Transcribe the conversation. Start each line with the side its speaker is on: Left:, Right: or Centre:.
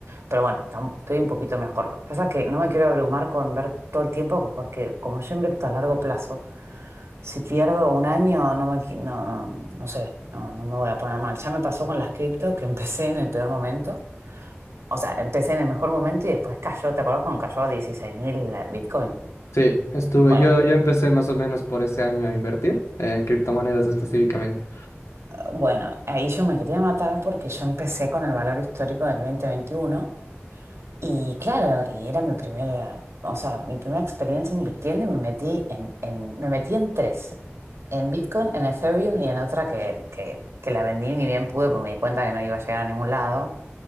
Right: Pero bueno, tam- estoy un poquito mejor. Lo que pasa es que no me quiero abrumar con ver todo el tiempo, porque como yo invierto a largo plazo, si pierdo un año, no me, qui- no, no, no sé, no, no me voy a poner mal. Ya me pasó con las cripto, que empecé en el peor momento. O sea, empecé en el mejor momento y después cayó, ¿te acuerdas cuando cayó a 16.000 la Bitcoin?
Left: sí, estuve,
Right: Bueno,
Left: yo, yo empecé más o menos por ese año a invertir en criptomonedas específicamente.
Right: eh, bueno, ahí yo me quería matar porque yo empecé con el valor histórico del 2021 y claro, y era mi primera, o sea, mi primera experiencia invirtiendo y me metí en, en- me metí en tres, en Bitcoin, en Ethereum y en otra que, que, que la vendí ni bien pude porque me di cuenta que no iba a llegar a ningún lado,